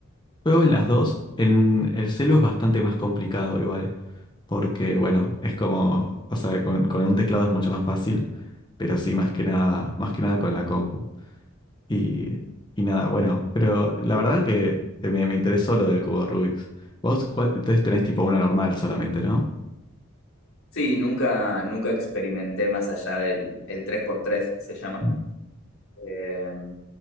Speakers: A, on the left; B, on the left.
A: Juego en las dos. En el celu es bastante más complicado igual, porque bueno, es como, o sea, con, con un teclado es mucho más fácil, pero sí, más que nada, más que nada con la compu. Y, y nada, bueno, pero la verdad que eh, me, me interesó lo del cubo Rubik's. Vos, cuál- entonces tenés tipo uno normal solamente, ¿no?
B: Sí, nunca, nunca experimenté más allá del el 3x3, se llama.
A: Mm,
B: Eh,